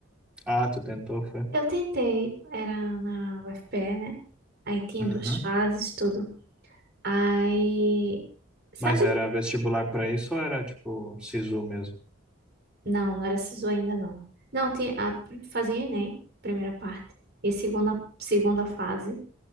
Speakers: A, in the centre; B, on the right.
A: Ah, tu tentou, foi.
B: Eu tentei, era na UFPE, né? Aí tinha
A: Uhum.
B: duas fases, tudo. Aí, sabe
A: Mas era vestibular para isso ou era tipo SISU mesmo?
B: Não, não era SISU ainda não. Não, tinha, a, fazia Enem, primeira parte. E a segunda, segunda fase